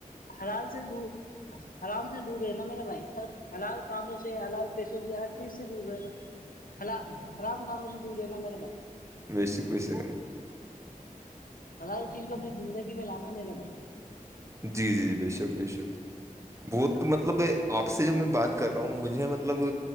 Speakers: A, on the left (about 80°); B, on the right (about 20°).
A: حرال سے د آرام سے دور رہ نا میرا بھائی ہر حلال کاموں سے حلال پیسوں سے ہر سے دور ہے نا ہ رام گ م دور ہے نا میرے بائی
B: بیس بیسے
A: ہر ہر چیز کو اپنی زندگی میں لانا میرے بل
B: جی جی جی بے شک بے شک بہت مطلب آپ سے جو میں بات کر رہا ہوں مجھے مطلب